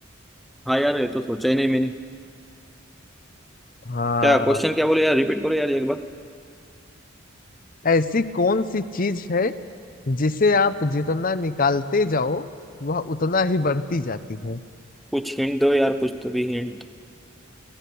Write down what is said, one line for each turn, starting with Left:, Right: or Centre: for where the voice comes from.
Centre: हाँ यार ये तो सोचा ही नहीं मैंने
Left: हाँ
Centre: क्या क्वेश्चन क्या बोले यार रिपीट करो यार एक बार
Left: ऐसी कौन सी चीज है जिसे आप जितना निकालते जाओ वह उतना ही बढ़ती जाती है
Centre: कुछ हिंट दो यार कुछ तो भी हिंट